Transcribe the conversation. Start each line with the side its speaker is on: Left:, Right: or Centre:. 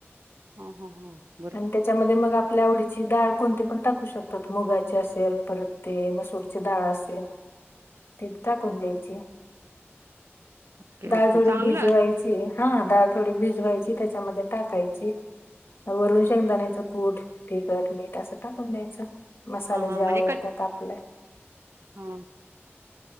Right: हम् हम हम
Left: आणि त्याच्यामध्ये मग आपल्या आवडीची डाळ कोणती पण टाकू शकतात मुगाची असेल परत ते म डाळ असेल ती टाकून द्यायची.
Right: ओके
Left: डाळ
Right: ओके
Left: थोडी
Right: चांगलं
Left: भिजवायची हा डाळ थोडी भिजवायची त्याच्यामध्ये टाकायची. वरून शेंगदाण्याचं कूट, तिखट, मीठ असं टाकून द्यायच मसाले
Right: हा हा
Left: जे
Right: म्हणजे
Left: आवडतात
Right: कट
Left: आपल्या
Right: हा